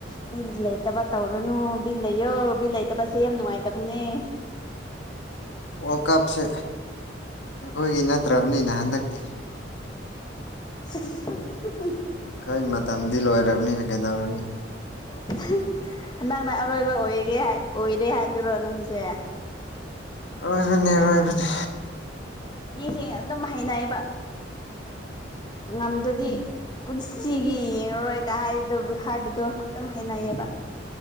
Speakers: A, on the left; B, on the left.
A: ꯕꯤ ꯂꯩꯇꯕ ꯇꯧꯔꯅꯨ ꯕꯤꯜ ꯂꯩꯌꯣ ꯕꯤꯠ ꯂꯩꯇꯕꯁꯦ ꯌꯥꯝ ꯅꯨꯡꯉꯥꯏꯇꯕꯅꯦ
B: <inaudible> ꯋꯥꯔꯜ ꯀꯞꯁꯦ ꯑꯩꯈꯣꯏꯒꯤ ꯅꯠꯇ꯭ꯔꯕꯅꯤꯅ ꯍꯟꯗꯛꯇꯤ
A: <unintelligible>
B: ꯈꯣꯏ ꯃꯇꯝꯗꯤ ꯂꯣꯏꯔꯕꯅꯤꯅ ꯀꯩꯗꯧꯔꯨꯅꯤ
A: <unintelligible> ꯍꯟꯗꯛꯅ ꯑꯔꯣꯏꯕ ꯑꯣꯏꯒꯦ ꯍꯥꯢ ꯑꯣꯏꯔꯦ ꯍꯥꯏꯗꯨꯔꯣ ꯅꯪꯖꯦ
B: ꯑꯩꯖꯨꯅꯦ ꯔꯣꯏꯕꯅꯦ
A: ꯃꯤꯁꯤꯡ ꯑꯗꯨꯝ ꯍꯩꯅꯩꯌꯦꯕ ꯉꯝꯗꯗꯤ
B: ꯎꯝ
A: ꯄꯨꯟꯁ ꯁꯤꯒꯤ ꯌꯦꯡꯉꯔꯣꯏꯒꯥ ꯍꯥꯏꯕꯗꯨ ꯍꯥꯏꯕꯗꯣ ꯑꯗꯨꯝ ꯍꯥꯏꯅꯩꯌꯦꯕ